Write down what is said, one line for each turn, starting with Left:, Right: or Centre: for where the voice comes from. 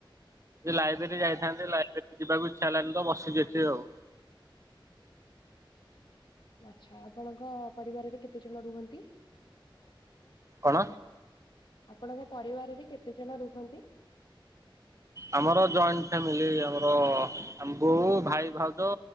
Right: ଲାଇବ୍ରେରୀ ଯାଇଥାନ୍ତେ ଲାଇବ୍ରେରୀ ଯିବାକୁ ଇଛା ହେଲାଣିି ତ ବସିଛି ଏଠି ଆଉ।
Left: ଆଚ୍ଛା ଆପଣଙ୍କ ପରିବାରରେ କେତେ ଜଣ ରୁହନ୍ତି?
Right: କଣ
Left: ଆପଣଙ୍କ ପରିବାରରେ କେତେ ଜଣ ରୁହନ୍ତି?
Right: ଆମର ଜଏଣ୍ଟ ଫ୍ୟାମିଲି ଆମର ଅ ବୋଉ ଭାଇ ଭାଉଜ